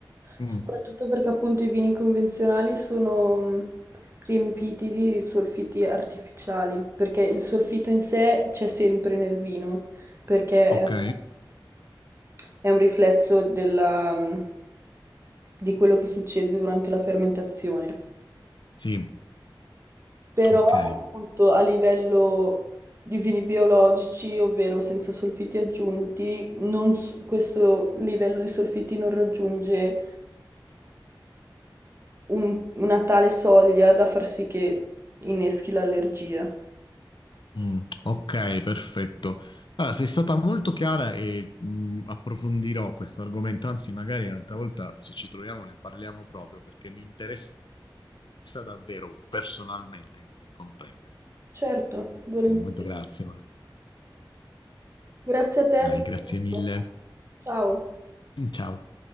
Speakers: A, on the left; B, on the right.
A: Mm,
B: Soprattutto perché appunto i vini convenzionali sono mh, riempiti di solfiti artificiali, perché il solfito in sé c'è sempre nel vino, perché
A: ok,
B: è un, è un riflesso della, mh, di quello che succede durante la fermentazione.
A: sì,
B: Però
A: ok.
B: appunto a livello di vini biologici, ovvero senza solfiti aggiunti, non s- questo livello di solfiti non raggiunge un- una tale soglia da far sì che inneschi l'allergia.
A: Mm, ok, perfetto. Allora, sei stata molto chiara e mm, approfondirò questo argomento, anzi magari un'altra volta se ci troviamo ne parliamo proprio perché mi interessa davvero personalmente anche per comprendere. Quindi,
B: Certo,
A: mm,
B: volentieri.
A: per il momento grazie, ma
B: Grazie a te,
A: dai,
B: ti
A: grazie
B: saluto.
A: mille.
B: Ciao.
A: <laughs> Ciao.